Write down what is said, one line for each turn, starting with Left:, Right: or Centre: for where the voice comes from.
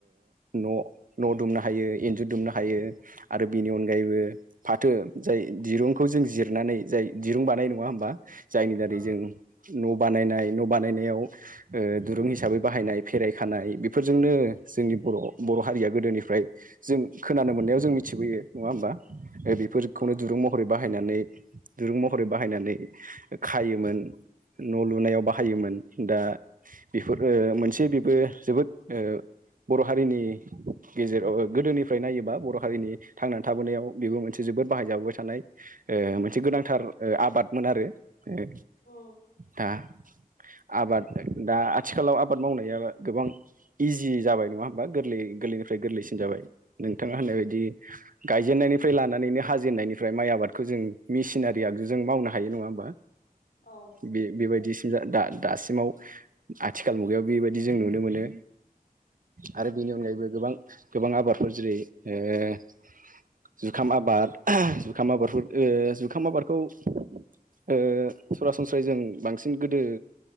Right: ओ न' न' दुमनो हायो इन्जुर दुमनो हायो आरो बेनि अनगायैबो फाथो जाय दिरुंखौ जों जिरनानै जाय दिरुं बानायो नङा होमबा जायनि दारै
Left: औ
Right: जों न' बानाय- न' बानाय आव ओ दुरुं हिसाबै बाहायनाय फेरायखानाय बेफोरजोंनो जोंनि बर'- बर' हारिया गोदोनिफ्राय जों खोनानो मोननायाव जों मिथिबोयो नङा होमबा ओ बेफोरखौनो
Left: औ
Right: दिरुं महरै बाहायनानै दुरुं महरै बाहायनानै खायोमोन न' लुनायाव बाहायोमोन दा बेफोर ओ मोनसे बेबो जोबोद ओ बर' हारिनि गेजेराव गोदोनिफ्राय नायोबा बर' हारिनि थांनानै थाबोनायाव बेबो मोनसे जोबोद बाहायजाबोबाय थानाय ओ मोनसे गोनांथार ओ आबादमोन आरो ओ
Left: उम
Right: दा <inaudible> आबाद दा आथिखालाव आबाद मावनाया गोबां इजि जाबाय नङा होमबा गोरलै गोरलैनिफ्राय गोरलैसिन जाबाय नोंथाङा
Left: उम
Right: होननाय बायदि गायजेननायनिफ्राय लानानैनो हाजेननायनिफ्राय माइ आबादखौ जों मेसिनारि आगजुजों मावना नङा होमबा
Left: औ
Right: बे -बेबायदिसिम दा- दासिमाव आथिखाल मुगायाव बेबायदि जों नुनो मोनो आरो बेनि अनगायैबो गोबां- गोबां आबादफोर जेरै ओ जुखाम आबाद जुखाम आबादफोर ओ जुखाम आबादखौ ओ सरासनस्रायै जों बांसिन गोदो